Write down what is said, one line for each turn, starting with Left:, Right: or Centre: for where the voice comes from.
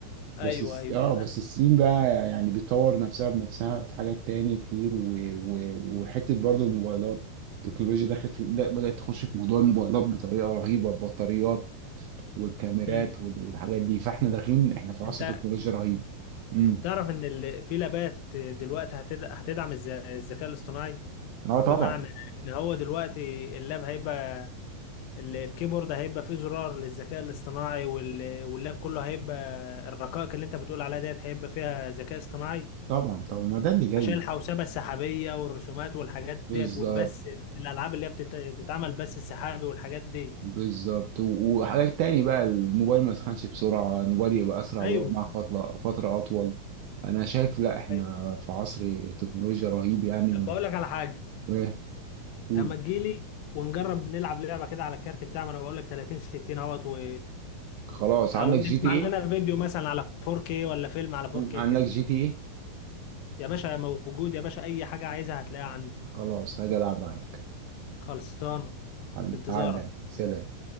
Left: ايوه
Right: بس الس-
Left: ايوه
Right: اه بس الصين بقى يعني بتطور نفسها بنفسها في حاجات تاني كتير و... و... وحتة برضو الموبايلات التكنولوجيا دخلت في... د- بدأت تخش في موضوع الموبايلات بطريقة رهيبة البطاريات والكاميرات
Left: امم
Right: وال- والحاجات دي فاحنا داخلين احنا في عصر
Left: انت
Right: تكنولوجيا رهيب امم
Left: تعرف ان ال- في لابات دلوقتي هتد- هتدعم الذ- الذكاء الاصطناعي
Right: اه طبعا
Left: بمعنى ان هو دلوقتي اللاب هيبقى ال- الكيبورد هيبقى فيه زرار للذكاء الاصطناعي وال- واللاب كله هيبقى الرقائق اللي انت بتقول عليها ديت هيبقى فيها ذكاء اصطناعي
Right: طبعا طبعا ما ده اللي جاي
Left: عشان الحوسبة السحابية والرسومات والحاجات
Right: بالظبط
Left: ديت والبث الألعاب اللي هي بتت- بتتعمل بث السحابي والحاجات دي
Right: بالظبط و- وحاجات تاني بقى الموبايل ما يسخنش بسرعة الموبايل يبقى أسرع ويقعد
Left: ايوه
Right: معاك فترة فترة أطول أنا شايف لا إحنا
Left: طيب.
Right: في عصر تكنولوجيا رهيب يعني
Left: طب بقول لك على حاجه
Right: ايه قولي
Left: طب ما تجيلي ونجرب نلعب لعبه كده على الكارت بتاع ما انا بقول لك 30 60 اهوت و...
Right: خلاص
Left: او
Right: عندك
Left: نسمع
Right: جي تي
Left: لنا
Right: ايه
Left: فيديو مثلا على 4K ولا فيلم على 4K
Right: عندك
Left: كده
Right: جي تي ايه
Left: يا باشا موجود يا باشا اي حاجه عايزها هتلاقيها عندي
Right: خلاص هاجي العب معاك
Left: خلصانه
Right: حل-
Left: في انتظارك
Right: تعال سلام